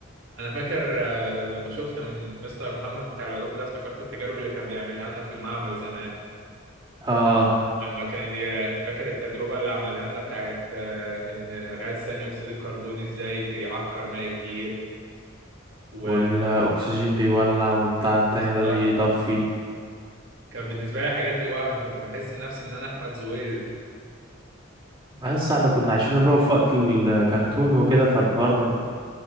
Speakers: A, on the right; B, on the right.
A: انا فاكر آه، لما شفت م- مستر محمد بتاع العلوم ده افتكرت التجارب اللي كان بيعملها لنا في المعمل زمان
B: اه
A: لما كان ي- فاكر التجربة اللي عملها لنا بتاعت آه، ان غاز ثاني اكسيد الكربون ازاي بيعكر ماء الجير و
B: والاكسجين بيولع وبتاع التاني ده
A: بالظبط،
B: بيطفي
A: آه. كان بالنسبة لي الحاجات دي وهم كنت بحس نفسي ان انا احمد زويل
B: بس احنا كنا عايشين اللي هو في وقت الكرتون وكده فالحوار